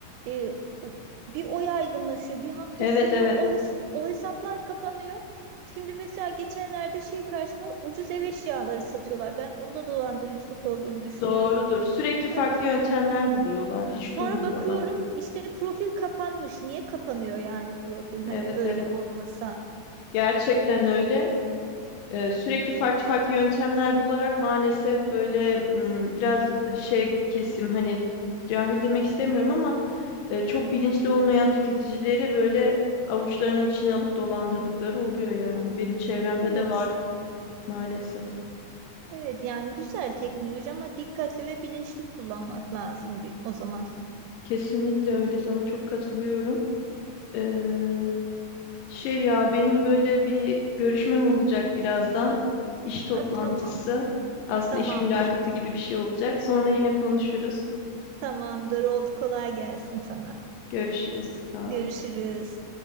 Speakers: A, on the right; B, on the left.
A: E, o- bir o yaygınlaşıyor, bir hafta
B: Evet
A: sürüyor.
B: evet
A: O hes- o hesaplar kapanıyor. Şimdi mesela geçenlerde şey karşıma ucuz ev eşyaları satıyorlar. Ben onda dolandırıcılık olduğunu düşünüyorum.
B: doğrudur. Sürekli farklı
A: <laughs>
B: yöntemler buluyorlar. Hiç
A: Sonra
B: durmuyorlar.
A: bakıyorum işte profil kapanmış. Niye kapanıyor yani profil hani
B: Evet
A: öyle
B: evet.
A: olmasa?
B: Gerçekten öyle. Ee, sürekli farklı farklı yöntemler bularak maalesef böyle m, biraz şey kesim hani cahil demek istemiyorum ama e, çok bilinçli olmayan tüketicileri böyle avuçlarının içine alıp dolandırdıkları oluyor yani. Benim çevremde
A: Evet.
B: de var maalesef.
A: Evet yani güzel teknoloji ama dikkatli ve bilinçli kullanmak lazım di- o zaman.
B: Kesinlikle öyle. Sana çok katılıyorum. Ee, şey ya benim böyle bir görüşmem olacak birazdan. İş toplantısı.
A: Ha, tamam.
B: Aslında
A: Tamamdır.
B: iş mülakatı gibi bir şey olacak. Sonra yine konuşuruz.
A: Tamamdır. Oldu. Kolay gelsin sana.
B: Görüşürüz. Sağ
A: Görüşürüz.
B: ol.